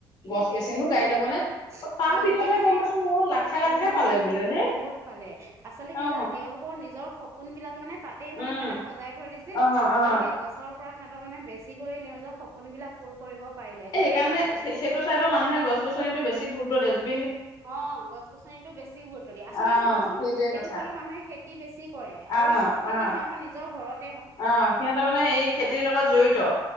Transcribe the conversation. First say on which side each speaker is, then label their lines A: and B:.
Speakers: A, on the right (about 30°); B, on the left (about 45°).
A: সেইটোৱেই
B: গছ বেচিনো
A: সেইটোৱেই,
B: গাড়ী ল'বনে অ, তাৰ
A: তেওঁলোকে
B: পিছতহে
A: মানে
B: গম পাইছো অ লাখে লাখে
A: উম
B: পালে বোলে হে
A: বহুত পালে আচলতে কি
B: অ
A: জানা তেওঁলোক- নিজৰ সপোন বিলাক মানে তাতেই মানে
B: উম
A: সিহঁতে সজাই থৈ দিছিল
B: অ অ
A: আৰু সেই গছৰ পৰা সিহঁতৰ মানে বেছি বেছি কৰি নিজৰ সপোনবিলাক পূৰ কৰিব। পাৰিলে গম
B: এ সেইকাৰণে
A: পাইছা
B: সেইটো চাইডৰ মানুহে গছ- গছনিতো বেছি গুৰুত্ব দিয় য
A: অ', গছ গছনিতো বেছি গুৰুত্ব দিয়ে আচলতে
B: অ
A: চাবাচোন
B: সেইটোৱে
A: সেইটো
B: কথা
A: ফালৰ মানুহে খেতি বেছি কৰে।
B: অ
A: আৰু চব খেতি
B: অ
A: সিহঁতৰ নিজৰ ঘৰত
B: অ', সিহঁতৰ মানে এই খেতিৰ লগত জড়িত